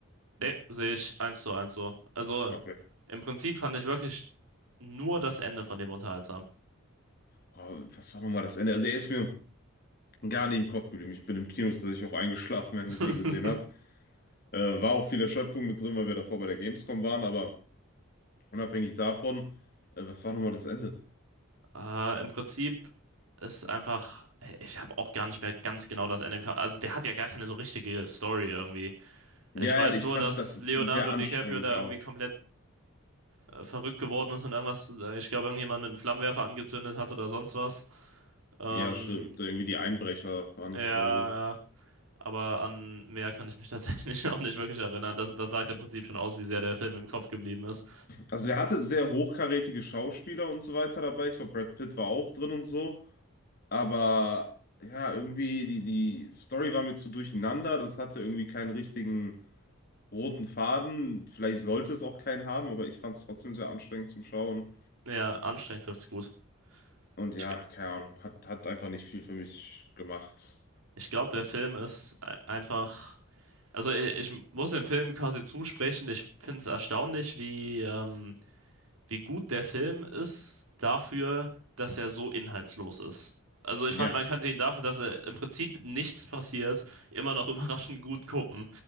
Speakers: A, on the right; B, on the left.
A: Nee, sehe ich eins zu eins so. Also
B: Okay.
A: im Prinzip fand ich wirklich nur das Ende von dem unterhaltsam.
B: Aber was war nochmal das Ende? Also er ist mir gar nicht im Kopf geblieben. Ich bin im Kino tatsächlich auch eingeschlafen, während
A: <laughs>
B: <laughs> ich den gesehen habe. Äh, war auch viel Erschöpfung mit drin, weil wir davor bei der Gamescom waren, aber unabhängig davon, äh, was war nochmal das Ende?
A: Äh, im Prinzip ist einfach, ich habe auch gar nicht mehr ganz genau das Ende im Kopf. Also der hat ja gar keine so richtige Story irgendwie.
B: Ja,
A: Ich weiß
B: ja, ich
A: nur,
B: fand
A: dass
B: das
A: Leonardo
B: den sehr anstrengend
A: DiCaprio da
B: auch.
A: irgendwie komplett äh, verrückt geworden ist und irgendwas, äh, ich glaube, irgendjemand mit einem Flammenwerfer angezündet hat oder sonst was. Ähm,
B: Ja, stimmt. Irgendwie die Einbrecher waren das,
A: ja, ja,
B: glaube ich.
A: aber an mehr kann ich mich tatsächlich <laughs> auch nicht wirklich erinnern. Das, das sagt im Prinzip schon aus, wie sehr der Film im Kopf geblieben ist.
B: Also er hatte sehr hochkarätige Schauspieler und so weiter dabei. Ich glaube, Brad Pitt war auch drin und so. Aber ja, irgendwie die, die Story war mir zu durcheinander. Das hatte irgendwie keinen richtigen roten Faden. Vielleicht sollte es auch keinen haben, aber ich fand es trotzdem sehr anstrengend zum Schauen.
A: Ja, anstrengend trifft's gut.
B: Und ja,
A: Ich, ge-
B: keine Ahnung, hat, hat einfach nicht viel für mich gemacht.
A: ich glaube, der Film ist ei- einfach. Also, ich, ich muss dem Film quasi zusprechen. Ich finde es erstaunlich, wie. Ähm, wie gut der Film ist dafür, dass er so inhaltslos ist. Also ich
B: Ja,
A: fand, man kannte ihn dafür, dass er im Prinzip nichts passiert, immer noch <laughs> überraschend gut gucken.